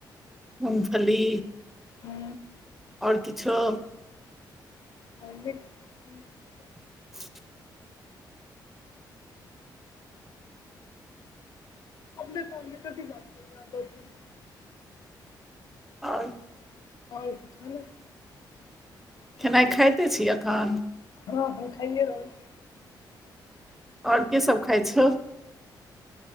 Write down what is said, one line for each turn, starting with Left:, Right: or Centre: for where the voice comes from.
Centre: मूगफली
Left: हाँ,
Centre: आओर किछो
Left: ह <inaudible> आन <inaudible>
Centre: <inaudible>
Left: ताम क बात करू दोसर <inaudible>
Centre: आओ <unintelligible>
Left: आ किछ ने <inaudible>
Centre: केनाइ खाइते छी एखन
Left: हँ हम खाइए रहल छी
Centre: ओर की सब खाई छ